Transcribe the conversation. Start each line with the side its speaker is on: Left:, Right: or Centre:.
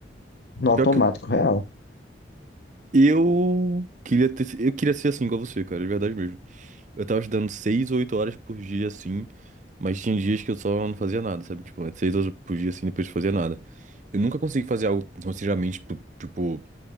Left: no automático
Right: pior que eu
Left: real.
Right: eu queria ter, eu queria ser assim igual você, cara, de verdade mesmo. Eu tava estudando seis ou oito horas por dia, assim, mas tinha dias que eu só não fazia nada, sabe? Tipo, é seis horas por dia, assim, depois não fazia nada. Eu nunca consegui fazer algo sinceramente, tipo, tipo,